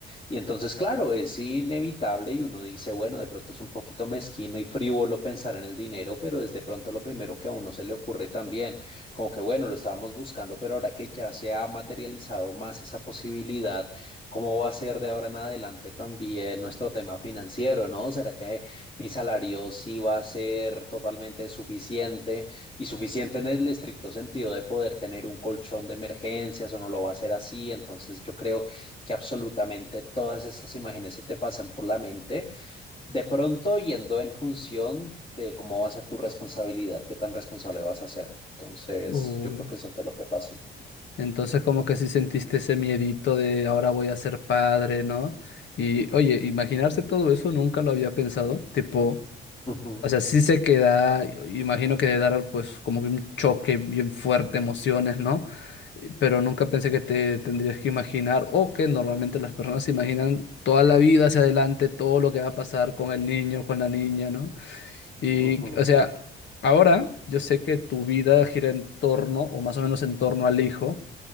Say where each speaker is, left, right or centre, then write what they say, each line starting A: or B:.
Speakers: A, on the left (about 30°); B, on the left (about 65°).
A: Y entonces, claro, es inevitable y uno dice, bueno, de pronto es un poquito mezquino y frívolo pensar en el dinero, pero es de pronto lo primero que a uno se le ocurre también, como que, bueno, lo estábamos buscando, pero ahora que ya se ha materializado más esa posibilidad, ¿cómo va a ser de ahora en adelante también nuestro tema financiero, ¿no? ¿Será que mi salario sí va a ser totalmente suficiente y suficiente en el estricto sentido de poder tener un colchón de emergencias o no lo va a ser así? Entonces, yo creo que absolutamente todas esas imágenes se te pasan por la mente, de pronto yendo en función de cómo va a ser tu responsabilidad, qué tan responsable vas a ser. Entonces,
B: Uy,
A: yo creo que eso fue lo que pasó.
B: entonces como que sí sentiste ese miedito de ahora voy a ser padre, ¿no? Y oye, imaginarse todo eso nunca lo había pensado, tipo,
A: Ujú,
B: o sea, sí se queda, imagino que debe dar pues como que un choque bien fuerte, emociones, ¿no? Eh, Pero nunca pensé que te tendrías que imaginar o que normalmente las personas se imaginan toda la vida hacia adelante, todo lo que va a pasar con el niño, con la niña, ¿no? Y,
A: ujú,
B: o sea, ahora yo sé que tu vida gira en torno, o más o menos en torno al hijo,